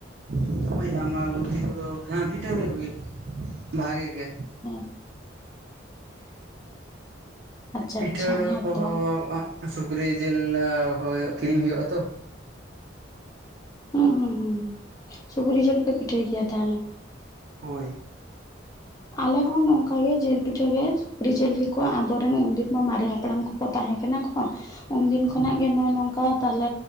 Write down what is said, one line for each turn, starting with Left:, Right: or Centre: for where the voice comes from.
Right: ᱦᱚᱸᱜᱼᱚᱭ, ᱟᱢᱵᱟᱵᱚᱛᱤ ᱠᱚᱫᱚ ᱦᱮᱸ ᱯᱤᱴᱷᱟᱹ ᱦᱩᱭᱩᱜ ᱜᱮᱭᱟ ᱵᱷᱟᱜᱮ ᱜᱮ᱾
Left: ᱦᱮᱸ᱾ ᱟᱪᱪᱷᱟ
Right: ᱯᱤᱴᱷᱟᱹ
Left: ᱟᱪᱪᱷᱟ ᱦᱮᱸᱛᱚ
Right: ᱠᱚᱦᱚᱸ ᱟᱸᱜ ᱥᱩᱠᱨᱤ ᱡᱤᱞ ᱦᱳᱭ ᱠᱤᱨᱤᱧ ᱦᱩᱭᱩᱜᱼᱟ ᱛᱚ᱾
Left: ᱦᱩᱸ ᱦᱩᱸ ᱦᱩᱸ ᱦᱩᱸ ᱥᱩᱠᱨᱤ ᱡᱤᱞ ᱯᱮ ᱯᱤᱴᱷᱟᱹᱭ ᱜᱮᱭᱟ ᱛᱟᱦᱞᱮ?
Right: ᱦᱳᱭ᱾
Left: ᱟᱞᱮ ᱦᱚᱸ ᱱᱚᱝᱠᱟ ᱜᱮ ᱡᱤᱞ ᱯᱤᱴᱷᱟᱹ ᱜᱮ᱾ ᱥᱩᱠᱷᱨᱤ ᱡᱤᱞ ᱜᱮᱠᱚ ᱟᱵᱚᱨᱮᱱ ᱩᱱᱫᱤᱱ ᱢᱟ ᱢᱟᱨᱮ ᱦᱟᱯᱲᱟᱢ ᱠᱚᱠᱚ ᱛᱟᱦᱮᱸ ᱠᱟᱱᱟ ᱠᱚ᱾ ᱩᱱᱫᱤᱱ
Right: ᱦᱩᱸ
Left: ᱠᱷᱚᱱᱟᱜ ᱜᱮ ᱱᱚᱜᱼᱚᱭ ᱱᱚᱝᱠᱟ ᱛᱟᱦᱞᱮ